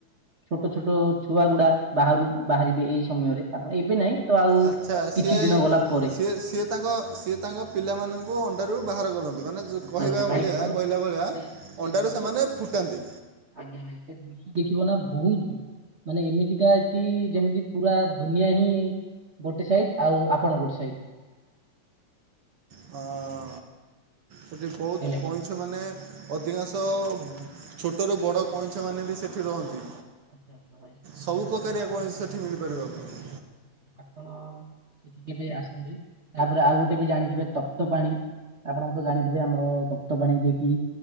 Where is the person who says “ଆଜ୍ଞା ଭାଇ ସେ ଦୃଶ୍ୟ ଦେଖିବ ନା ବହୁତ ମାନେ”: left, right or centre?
Right